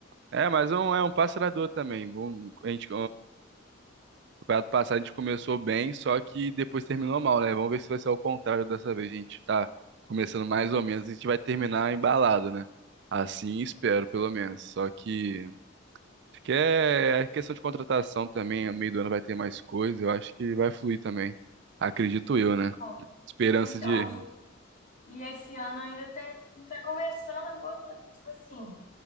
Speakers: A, on the right; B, on the left.
A: é, mas é um, é um passe largador também. Um- a gente, Campeonato passado a gente começou bem, só que depois terminou mal, né? Vamos ver se vai ser ao contrário dessa vez. A gente tá começando mais ou menos, a gente vai terminar embalado, né? Assim espero, pelo menos. Só que, acho que é é questão de contratação também. No meio do ano vai ter mais coisa. Eu acho que vai fluir também. Acredito eu, né?
B: Bom,
A: Esperança
B: Então,
A: de.
B: e, e esse ano ainda tá, tá começando agora, né, tipo assim.